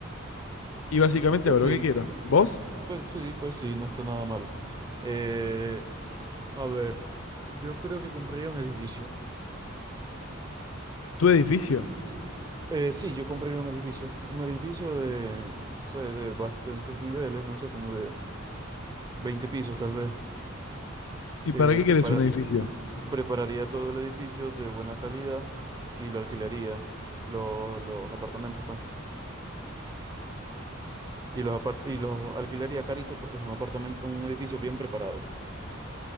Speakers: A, on the left; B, on the right.
A: y básicamente
B: pues
A: hago lo
B: sí,
A: que quiero. ¿Vos?
B: pues sí, pues sí, no está nada mal. Eh, a ver, yo creo que compraría un edificio.
A: ¿Tu edificio?
B: Eh, sí, yo compré un edificio, un edificio de, no sé, de bastantes niveles, no sé, como de 20 pisos tal vez.
A: ¿Y
B: Eh,
A: para qué querés
B: prepara-
A: un edificio?
B: prepararía todo el edificio de buena calidad y lo alquilaría, lo- los apartamentos, pues. Y los, apart y los alquilaría carito porque es un apartamento, un edificio bien preparado.